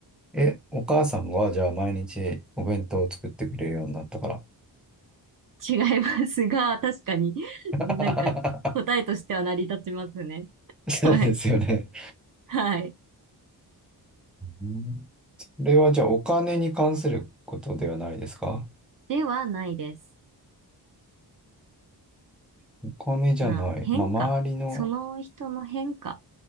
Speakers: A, in the centre; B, on the right.
A: え、お母さんはじゃあ毎日お弁当を作ってくれるようになったから。
B: 違いますが、確かになんか答えとしては成り立ちますね。
A: <laughs> そうですよね。
B: はい。はい。
A: うんそれはじゃあお金に関することではないですか
B: ではないです。
A: お金じゃない。
B: まあ、変化。
A: まあ、周りの、
B: その人の変化。